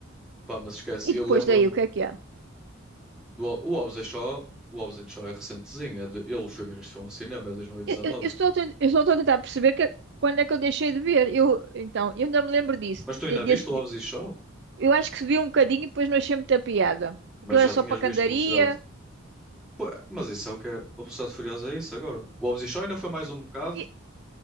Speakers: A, in the centre; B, on the right.
A: Pá, mas esquece,
B: E
A: eu
B: depois
A: lembro-me
B: daí, o que é que há?
A: do O o Hobbs and Shaw, o Hobbs and Shaw é recentezinho, é de- eu fui ver este filme ao cinema, é de 2019.
B: Eu, eu- eu só estou, eu só estou a tentar perceber que- quando é que eu deixei de ver. Eu, então, eu ainda me lembro disso.
A: Mas tu ainda
B: de- desse-
A: viste o Hobbs e Shaw?
B: eu acho que vi um bocadinho e depois não achei muita piada.
A: Mas
B: Aquilo
A: já
B: era só
A: tinhas
B: para
A: visto
B: candaria.
A: Velocidade. Pô, mas isso é o que é. A Velocidade Furiosa é isso agora. O Hobbs e Shaw ainda foi mais um bocado,
B: E,